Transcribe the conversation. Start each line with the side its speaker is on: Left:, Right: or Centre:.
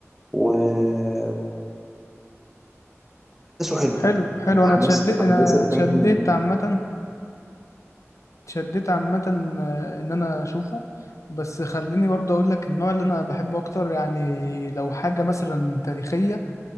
Centre: واحداثه حلوه
Left: حلو حلو
Centre: يعني
Left: انا
Centre: احداث
Left: اتشدت انا
Centre: احداث الفيلم
Left: اتشدت عامه اتشدت عامه آه، ان انا اشوفه بس خليني برضه اقول لك النوع اللي انا بحبه اكتر يعني لو حاجه مثلا تاريخيه